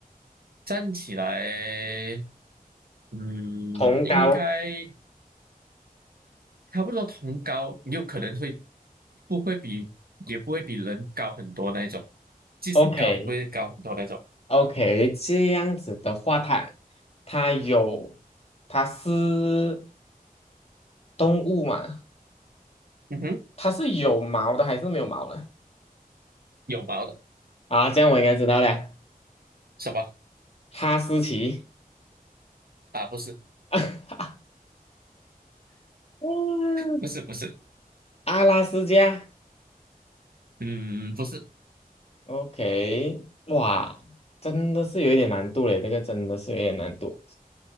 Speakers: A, on the right; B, on the left.
A: 站起来。嗯，
B: 同高
A: 应该差不多同高，有可能会不会比，也不会比人高很多那一种，即使高也不会高很多那种。
B: ，OK，OK，这样子的话，它它有它是动物嘛？
A: 嗯哼，
B: 它是有毛的还是没有毛的？
A: 有毛的
B: 啊，这样我应该知道了，
A: 什么
B: 哈士奇，
A: 啊？不是，
B: <laughs> 嗯
A: 不是，不是，
B: 阿拉斯加。
A: 嗯，不是，
B: OK，哇，真的是有一点难度嘞，这个真的是有一点难度，